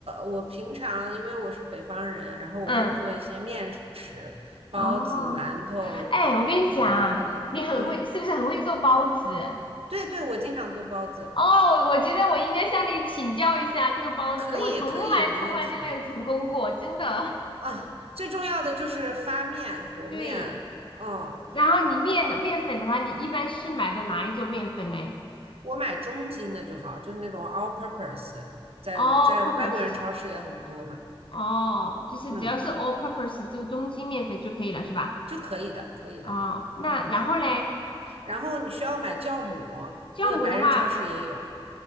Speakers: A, on the right (about 85°); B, on the left (about 60°).
A: 我平常因为我是北方人，然后我会做一些面食，
B: <laughs> 嗯，
A: 包子、
B: 哦，
A: 馒头、
B: 哎，我跟你讲啊你很会，
A: 饼子。嗯，
B: 是不是很会做包子？
A: 对对，我经常做包子，
B: 哦，我觉得我应该向你请教一下这个包子，
A: 可以可以，
B: 我从来从来就没有成功过，
A: 没问题。
B: 真的。
A: 啊，最重要的就是发面、
B: <laughs>
A: 和面。
B: 对，
A: 嗯，
B: 然后你面的面粉的话，你一般是买的哪一种面粉呢
A: 我买中筋的就好，就是那种 all purpose，在在外国人超市也很多嘛。
B: ？All purpose，哦，就是只要是
A: 嗯，
B: all purpose 就中筋面粉就可以了，是吧？
A: 就可以的，可以的。
B: 哦，那然后嘞，
A: 然后你需要买酵母，
B: 酵母的话，
A: 这个白人超市也有，